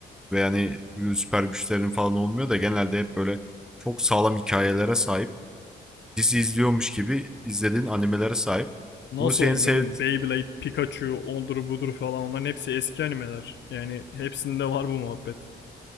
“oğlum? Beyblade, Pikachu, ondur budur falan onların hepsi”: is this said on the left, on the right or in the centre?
Left